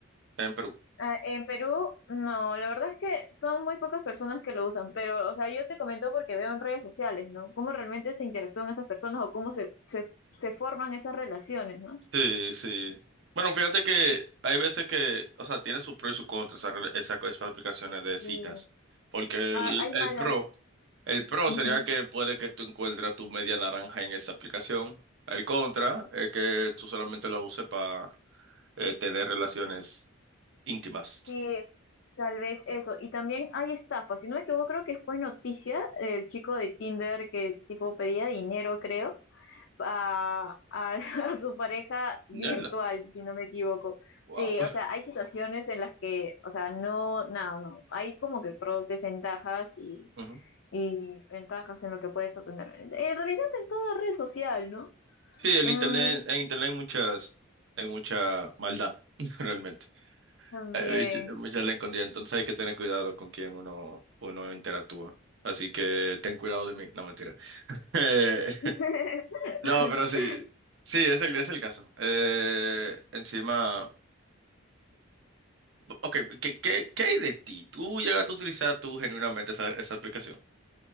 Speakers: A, on the right (about 55°); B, on the left (about 60°).
A: en Perú.
B: Ah, en Perú, no, la verdad es que son muy pocas personas que lo usan, pero, o sea, yo te comento porque veo en redes sociales, ¿no? Cómo realmente se interactúan esas personas o cómo se, se, se forman esas relaciones, ¿no?
A: Sí, sí. Bueno, fíjate que hay veces que, o sea, tiene sus pros y sus contras esas, rela- esas co- esas aplicaciones de
B: Y,
A: citas. Porque
B: ah,
A: el,
B: hay
A: el
B: malas,
A: pro, el pro
B: ujú,
A: sería que puede que tú encuentres tu media naranja en esa aplicación. El contra es que tú solamente la uses para tener relaciones íntimas.
B: sí, tal vez eso. Y también hay estafas, si no me equivoco, creo que fue noticia el chico de Tinder que tipo pedía dinero, creo a, a- <laughs> a su pareja virtual,
A: Ya,
B: si no me equivoco. Sí,
A: Wow. <laughs>
B: o sea, hay situaciones en las que, o sea, no, no, no, hay como que pros, desventajas y,
A: Ujú.
B: y ventajas en lo que puedes obtener. En realidad en toda red social, ¿no?
A: Sí, el
B: Mm,
A: internet, en internet hay muchas, hay mucha maldad, <laughs> realmente.
B: también.
A: Hay mucha la escondida, entonces hay que tener cuidado con quién uno, uno interactúa. Así que ten cuidado de mí. No, mentira. <laughs> Eh,
B: <laughs>
A: no, pero sí, sí, es el, es el caso. Eh, encima, ok, ¿qué, qué, qué hay de ti? ¿Tú llegaste a utilizar tú genuinamente esa, esa aplicación?